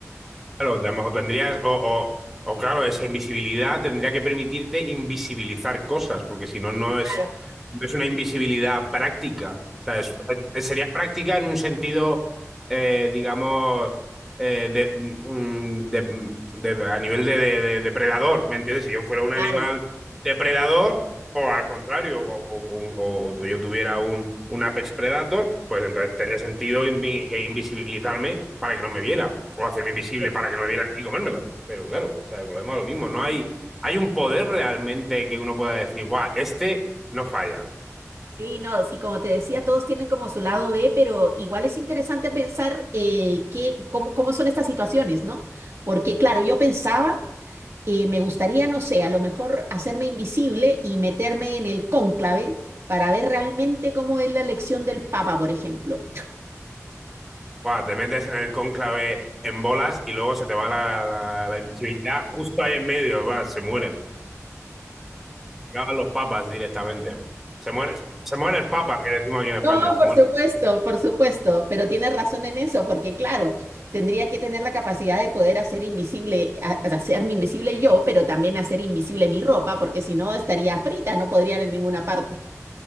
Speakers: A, in the centre; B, on the right (about 55°).
A: Claro, tam- o tendrías, o, o- o claro, esa invisibilidad tendría que permitirte invisibilizar cosas, porque si no, no es,
B: Claro,
A: no es una invisibilidad práctica. O sea, es- eh, sería práctica en un sentido, eh, digamos, eh, de, mm, de- de- a nivel de, de- de depredador, ¿me entiendes? Si yo fuera un animal
B: claro.
A: depredador, o al contrario, o, o- o- o yo tuviera un, un Apex Predator, pues entonces tendría sentido invi- que invisibilizarme para que no me viera, o hacerme invisible
B: eh,
A: para que no me vieran y comérmelo. Pero claro, o sea, el problema es lo mismo. No hay, hay un poder realmente que uno pueda decir, guau, este no falla.
B: Sí, no, sí, como te decía, todos tienen como su lado B, pero igual es interesante pensar eh, qué- cómo, cómo son estas situaciones, ¿no? Porque, claro, yo pensaba, eh, me gustaría, no sé, a lo mejor hacerme invisible y meterme en el cónclave para ver realmente cómo es la elección del Papa, por ejemplo.
A: Guau, te metes en el cónclave en bolas y luego se te va la, la- la invisibilidad justo ahí en medio, va, se mueren. Acaban los papas directamente. Se muere, se muere el papa, que decimos aquí en España,
B: No,
A: se
B: por
A: muere.
B: supuesto, por supuesto, pero tiene razón en eso, porque claro, tendría que tener la capacidad de poder hacer invisible, a- a- hacerme invisible yo, pero también hacer invisible mi ropa, porque si no estaría frita, no podría ir en ninguna parte.